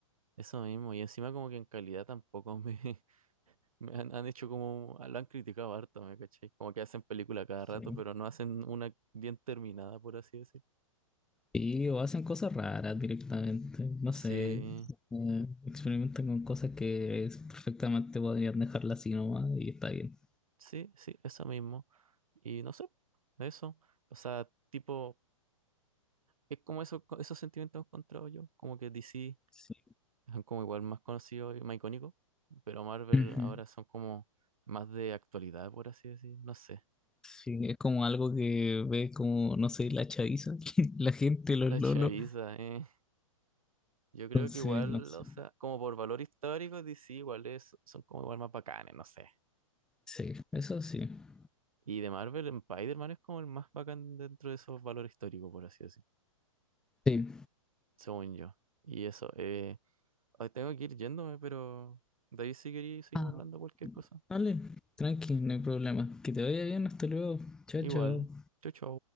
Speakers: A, on the right; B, in the centre.
A: eso mismo, y encima como que en calidad tampoco me, <laughs> me han, han hecho como, lo han criticado harto, ¿me caché? Como que hacen película cada rato,
B: Sí.
A: pero no hacen una bien terminada, por así decir.
B: Sí, o hacen cosas raras directamente, no
A: Sí,
B: sé, eh, experimentan con cosas que es- perfectamente podrían dejarla así nomás y está bien.
A: sí, sí, eso mismo. Y no sé, eso, o sea, tipo, es como eso, esos sentimientos encontrados yo, como que DC.
B: Sí,
A: son como igual más conocidos y más icónicos, pero Marvel
B: Ujú.
A: ahora son como más de actualidad, por así decir, no sé. <laughs>
B: Sí, es como algo que ve como, no sé, la chaviza, <laughs> la gente, los
A: La
B: lolos.
A: chaviza, eh. Yo creo
B: Entonces,
A: que igual,
B: no sé.
A: o sea, como por valor histórico, DC igual es- son como igual más bacanes, no sé.
B: Sí, eso sí.
A: Y de Marvel, Spider-Man es como el más bacán dentro de esos valores históricos, por así decir,
B: Sí.
A: según yo. Y eso, eh, ay, tengo que ir yéndome, pero de ahí si queréis seguimos
B: Ah,
A: hablando cualquier cosa.
B: vale, tranqui, no hay problema. Que te vaya bien, hasta luego. Chao,
A: Igual,
B: chao.
A: chau chau.